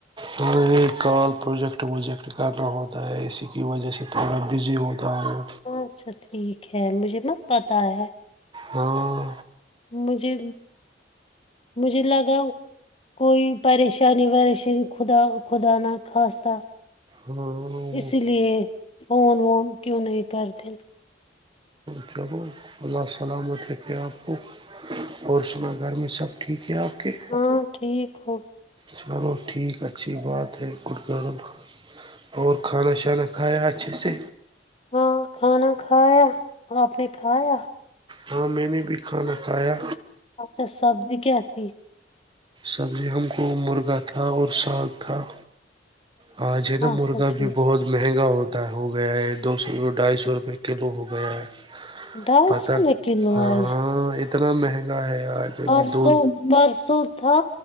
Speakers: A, on the right; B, on the left.
A: ہ ہمیں کال پروجیکٹ ووجیکٹ کرنا ہوتا ہے اسی کی وجہ سے تھوڑا بزی ہوتا ہو
B: اچھا ٹھیک ہے مجھے نا پتا ہے
A: ہاں
B: مجھے مجھے لگاؤ کوئی پریشانی وریشانی خدا خدا نا خاستہ
A: ہاں
B: اسی لیے فون وون کیوں نہیں کرتے
A: کیا اللہ سلامت ہے کہ آپ کو اور سنا گھر میں سب ٹھیک ہے آپ کے
B: ہاں ٹھیک ہو
A: چلو ٹھیک اچھی بات ہے گڈ گن اور کھانا شانا کھایا اچھے سے
B: ہاں کھانا کھایا آپ نے کھایا
A: ہاں میں نے بھی کھانا کھایا
B: اچھا سبزی کیا تھی
A: سبزی ہم کو مرغا تھا اور ساگ تھا ہاں جناا
B: اچھا
A: مرغا
B: ٹھیک
A: بھی بہت مہنگا ہوتا ہو گیا ہے دو سو ڈھائی سو روپے کلو ہوگیا گ
B: ڈھائی
A: پت
B: سو میں کلو
A: ہاں
B: آج
A: اتنا مہنگا ہے آج
B: پرسوں
A: ابھی دو
B: پرسوں تھا